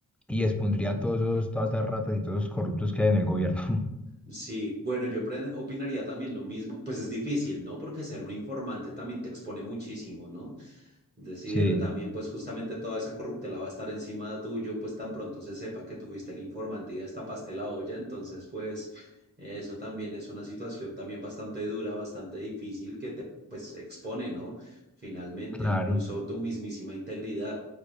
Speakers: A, in the centre; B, on the right.
A: y expondría a todos esos- todas las ratas y todos los corruptos que hay en el gobierno. <laughs>
B: Sí, bueno, yo pre- opinaría también lo mismo. Pues es difícil, ¿no? Porque ser un informante también te expone muchísimo, ¿no? Decir
A: Sí,
B: también, pues justamente toda esa corruptela va a estar encima tuyo, pues tan pronto se sepa que tú fuiste el informante y ya tapaste la olla, entonces pues eso también es una situación también bastante dura, bastante difícil que te pues expone, ¿no? Finalmente,
A: claro.
B: incluso tu mismísima integridad.